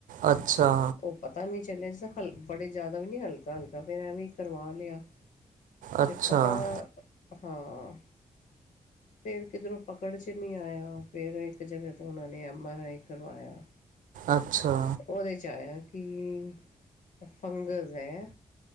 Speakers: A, on the right; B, on the left.
A: ਅੱਛਾ,
B: ਉਹ ਪਤਾ ਨੀ ਚੱਲਿਆ ਜਦਾ ਹਲ ਬੜੇ ਜ਼ਿਆਦਾ ਵੀ ਨੀ ਹਲਕਾ ਹਲਕਾ ਫਿਰ ਐਵੇਂ ਹੀ ਕਰਵਾ ਲਿਆ।
A: ਅੱਛਾ
B: ਫਿਰ ਪਤਾ ਹਾਂ। ਫਿਰ ਕਿਧਰੋਂ ਪਕੜ ਚ ਨੀ ਆਇਆ ਫਿਰ ਇੱਕ ਜਗ੍ਹਾ ਤੋਂ ਉਹਨਾਂ ਨੇ ਐਮ ਆਰ ਆਈ ਕਰਵਾਇਆ।
A: ਅੱਛਾ
B: ਉਹਦੇ ਚ ਆਇਆ। ਕਿ ਫੰਗਸ ਐ